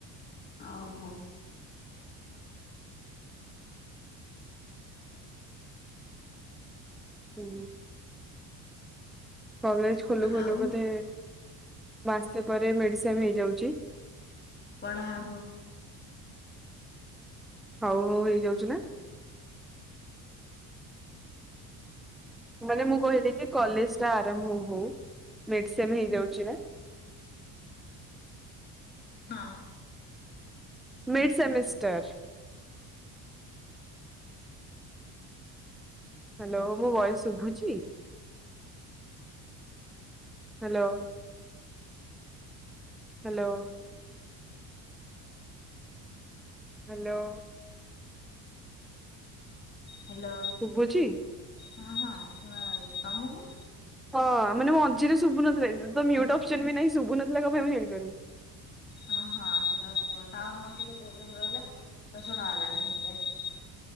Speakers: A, on the left (about 25°); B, in the centre.
A: ହଉ
B: ହୁଁ କଲେଜ ଖୋଲୁ ଖୋଲୁ
A: ଆଉ
B: ବୋଧେ ମାସେ ପରେ ମେଡ଼ିସିନ ହେଇଯାଉଛି।
A: ପଢ଼ାହବ।
B: ହଉ ହଉ ହେଇଯାଉଛି ନା। ମାନେ ମୁଁ କହିଲି କି କଲେଜ ଟା ଆରମ୍ଭ ହଉ ମେଡ଼ିସିନ ହେଇଯାଉଛି ନା।
A: ହଁ
B: ମିଡ଼୍ ସେମିଷ୍ଟର ହ୍ୟାଲୋ ମୁଁ ବୟସ ଶୁଭୁଛି ହ୍ୟାଲୋ। ହ୍ୟାଲୋ ହ୍ୟାଲୋ
A: ହ୍ୟାଲୋ
B: ଶୁଭୁଛି
A: ହଁ ହଁ ଶୁଣାଉଛି। ତମକୁ?
B: ହଁ ମାନେ ମଝିରେ ଶୁଭୁନଥିଲା କିଛି ତ ମ୍ୟୁଟ ଅପସନ ବି ନାହିଁ ଶୁଭୁନଥିଲା କଣ ପାଇଁ ମୁଁ ଜାଣିପାରୁନି।
A: ହଁ ହଁ <unintelligible> ଟାୱର ମୋର ଟିକେ ପ୍ରୋବଲେମ ରହିଲା ତ ଶୁଣା ହେଲାନି ସେଥିପାଇଁ।